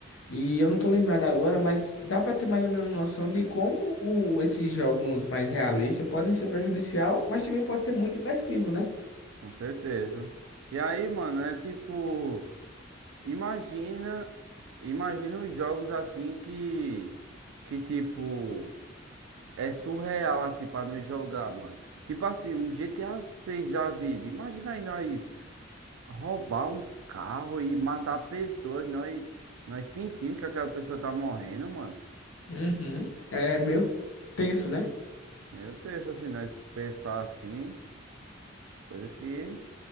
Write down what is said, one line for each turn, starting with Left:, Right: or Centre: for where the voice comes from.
Left: E eu não tô lembrado agora, mas dá pra ter mais ou menos noção de como o- esses jogos mais realistas podem ser prejudicial, mas também pode ser muito imersivo, né?
Right: com certeza. E aí, mano, é tipo, imagina, imagina os jogos assim que, que tipo, é surreal assim pra nós jogar, mano. Tipo assim, um GTA seis da vida. Imagina aí nós roubar um carro e matar pessoas, nós, nós sentindo que aquela pessoa tá morrendo, mano.
Left: Uhum. É meio tenso, né?
Right: Meu Deus, assim, nós pensar assim, coisa que.